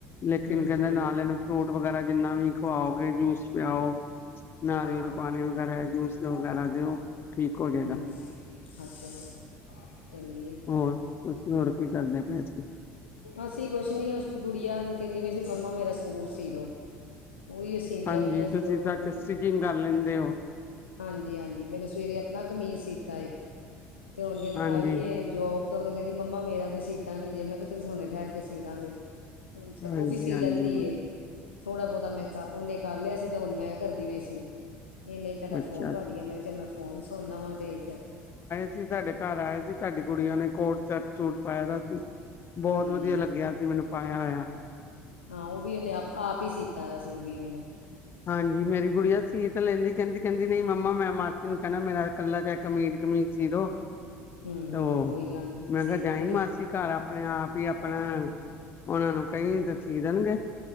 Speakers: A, on the left; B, on the left.
A: ਲੇਕਿਨ
B: ਹੂੰ
A: ਕਹਿੰਦੇ
B: ਹੂੰ
A: ਨਾਲ ਇਹਨੂੰ ਫਰੂਟ ਵਗੈਰਾ ਜਿੰਨਾ ਵੀ ਖਵਾਓਗੇ ਜੂਸ ਪਿਆਓ। ਨਾਰੀਅਲ
B: ਹਾਂ
A: ਪਾਣੀ ਵਗੈਰਾ ਜੂਸ ਵਗੈਰਾ ਦਿਓ। ਠੀਕ ਹੋ ਜਾਏਗਾ
B: ਹਮ, ਅੱ ਹਾਂ ਚਲੋ ਸਹੀ ਹੈ।
A: ਹੋਰ ਤੁਸੀਂ ਹੋਰ ਕੀ ਕਰਦੇ ਪਏ ਸੀ।
B: ਅਸੀਂ ਕੁਛ ਨੀ ਉਸ ਗੁੜੀਆਂ ਕਹਿੰਦੀ ਪਈ ਸੀ ਮੰਮਾ ਮੇਰਾ ਸੂਟ ਸੀਦੋ ਉਹੀ ਅਸੀਂ ਇੰਡੀਆ
A: ਹਾਂਜੀ
B: ਮੀ
A: ਤੁਸੀਂ
B: ਦੋ ਵਜੇ
A: ਸੱਚ ਸਟਿਚਿੰਗ
B: <unintelligible>
A: ਕਰ ਲੈਂਦੇ ਹੋ।
B: ਹਾਂਜੀ- ਹਾਂਜੀ ਪਹਿਲਾਂ ਸਵੇਰੇ ਆਪਣਾ ਕਮੀਜ਼ ਸੀਤਾ ਏ ਅਤੇ ਹੁਣ
A: ਹਾਂਜੀ
B: ਆਈ ਏ ਜੋਬ ਉਤੋਂ ਦੀ ਕਹਿੰਦੀ ਮੰਮਾ ਮੇਰਾ ਤੇ ਸੀਤਾ ਨੀ ਜੇ ਮੈਂ ਕਿਹਾ ਚੱਲੋ ਹੁਨੇ ਠਹਿਰ ਕੇ ਸੀ ਦਾਂਗੇ। ਹੁਣ ਉਹ
A: ਹਾਂਜੀ
B: ਵੀ ਸੀ
A: ਹਾਂਜੀ
B: ਲੈਂਦੀ ਏ। ਥੋੜਾ ਬਹੁਤਾ ਮੈਂ ਕਰ ਉਨੇ ਕਰ ਲਿਆ ਸੀ ਤੇ ਹੁਣ ਮੈਂ ਕਰਦੀ ਪਈ ਸੀ। ਇਹਨੇ ਜਡਾ
A: ਅੱਛਾ
B: ਫੋਨ ਵਜਆ ਮੈਂ ਕਿਹਾ ਚਲ ਮੈਂ ਫੋਨ ਸੁਣਨਾ ਵਾਂ ਤੇ ਜਾ
A: ਜ ਤੁਹਾਡੇ ਘਰ ਆਏ ਸੀ ਤੁਹਾਡੀ ਕੁੜੀਆਂ ਨੇ ਕੋਟ ਚਰਚ ਪਾਇ ਦਾ ਸੀ ਬਹੁਤ
B: ਹਾਂਜੀ।
A: ਵਧੀਆ ਲੱਗਿਆ ਸੀ ਮੈਨੂੰ ਪਾਇਆ ਹੋਇਆ।
B: ਹਾਂ ਓ ਵੀ ਓਨੇ ਆਪ ਆਪ ਹੀ ਸੀਤਾ ਸੀ ਉਹ ਵੀ ਓਨੇ।
A: ਹਾਂਜੀ ਮੇਰੀ ਗੁੜੀਆ ਸੀ ਲੈਂਦੀ ਕਹਿੰਦੀ-ਕਹਿੰਦੀ ਨਹੀਂ ਮੰਮਾ ਮੈਂ ਮਾਸੀ ਨੂੰ ਕਹਿੰਣਾ ਮੇਰਾ ਕੱਲਾ ਜ ਕਮੀਜ਼-ਕਮੀਜ਼ ਚੀਦੋ।
B: ਹੂੰ ਹੂੰ
A: ਓਅ
B: ਕੋਈ ਗੱਲ ਨਹੀਂ
A: ਮੈਂ
B: ਸੀ
A: ਕਿਹਾ
B: ਦਾਂਗੇ
A: ਜਾਈ ਮਾਸੀ ਘਰ ਆਪਣੇ ਆਪ ਹੀ ਆਪਣਾ
B: ਹਾਂ
A: ਓਨਾਂ ਨੂੰ ਕਈ ਤਾਂ ਸੀ ਦੇਣਗੇ।